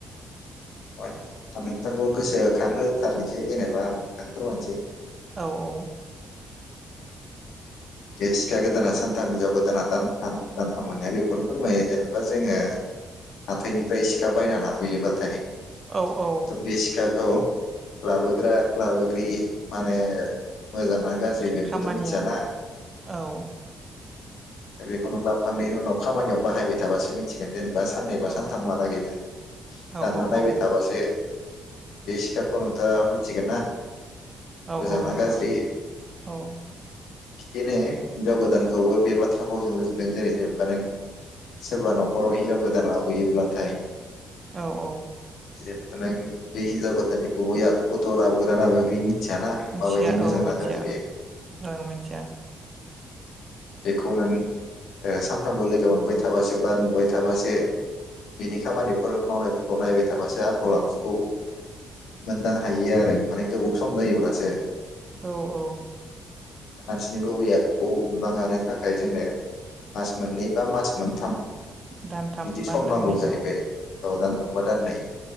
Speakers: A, on the left; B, on the right.
A: माने आं नोंथांखौ गोसोखां होथारनोसै जेनेबा आं नोंथांनो फोरमायनोसै
B: औ औ।
A: बे सिखाया गोदाना सानथाम हिनजाव गोदाना दानथाम दान्थाम होननाया बेखौनो फोरमायो जेनेबा जोङो हाथायनिफ्राय सिखा बायना लाबोयोबा थायो
B: औ औ
A: बे सिखाखौ लाबोग्रा लाबोग्रि माने मोजां ना गाज्रि बेखौथ'
B: खामानियाव
A: मिथियाना
B: औ।
A: बेखौ नों लाबोखांनायनि उनाव खामानियाव बाहायबाय थाबासो मिथिगोन। जेनेबा साननैबा
B: औ
A: सानथामहालागै नों
B: औ
A: दानना
B: औ
A: नायबाय
B: औ
A: थाबासो बे सिखाखौ नोंथांङा मिथिगोन ना?
B: औ
A: मोजां
B: औ
A: ना
B: नंगौ
A: गाज्रि
B: औ
A: बिदिनो हिनजाव गोदानखौबो बे बाथ्राखौ जों रुजुदों जेरै जेनेबा नों सोरबा न'खराव हिनजाव गोदान लाबोयोब्लाथाय
B: औ औ।
A: जेनबा नों बे हिन्जाव गोदाननि गुबै आखुखौथ' लाबोग्रा लाबोग्रि मिथियाना
B: मिथिया
A: माबायदि मोजांना
B: औ मिथिया
A: गाज्रि
B: ओं मिथिया
A: बेखौ नों ओ सानथामबो लोगो मोनबाय थाबासो बा नुबाय थाबासो बिनि खामानिफोर मावनायफोरखौ नायबाय थाबासो आखल आखुखौ मोनदां हायो आरो माने गोबाव सम जायोब्लासो
B: औ औ।
A: मानसिनि गुबै आखुखौ बा हानो थाखाय जोंनो मास मोननै बा मास मोनथाम
B: दानथाम
A: बिदि
B: बा
A: सम
B: दाननै
A: नांगौ जाहैबाय
B: औ
A: औ दानथाम बा दाननै।